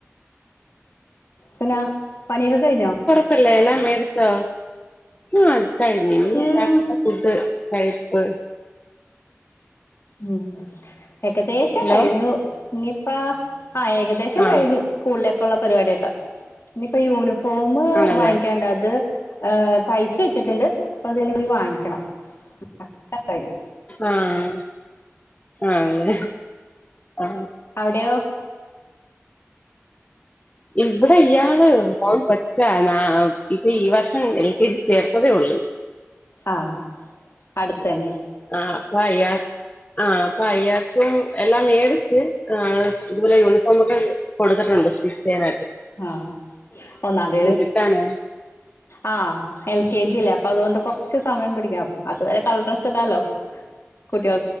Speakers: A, on the left; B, on the left.
A: പിന്നെ പണിയൊക്കെ കഴിഞ്ഞോ
B: ക്കല്ല എല്ലാം മേടിചോ ആ കഴിഞ്ഞ ഇ
A: ഉം
B: രാത് ഫുഡ് കഴിപ്പ്
A: ഉം ഏകദേശം
B: ഹലോ
A: കഴിഞ്ഞു ഇ ആ ആ ഏകദേശം
B: ആഹ്
A: കഴിഞ്ഞു സ്കൂളിലെ ക്കുള്ള പരിപാടിയൊക്കെ ഇനി ഇപ്പ യൂണിഫ് ഫോമ്
B: ആണല്ലേ
A: വാങ്ങിക്കാണ്ട അത് ഏഹ് തയ്ച്ച് വെച്ചിട്ടുണ്ട്. അപ്പ അത് പോയി വാങ്ങിക്കണം <inaudible>
B: ആഹ് ആഹ് ആ
A: അവിടെയോ
B: ഇവിടെ ഇയാള് ഓൻ പൊക്കാന ഇപ്പ ഈ വർഷം ഇനി ഇത് ചേർത്തതേ ഉള്ളൂ
A: ആ അടുത് തന്നെ
B: ആ വയ്യാക് ആ പ്പയ്യാക്കും എല്ലാം മേടിച്ച് ഇതുപോലെ യൂണിഫോം ഒക്കെ കൊടുത്തിട്ടുണ്ട് സ്റ്റിച്ച് ചെയ്യാൽ
A: ആ ഒന്നാം തീതി
B: കിട്ടാനേ
A: ആ എൽ
B: ഉം
A: കെ ജി അല്ലേ അപ്പൊ അതുകൊണ്ട് കൊർ ച്ച് സമയം പിടിക്കാം അതുവരെ കളർ ഡ്രസ്സ് ഇടാലോ കുട്ടികൾ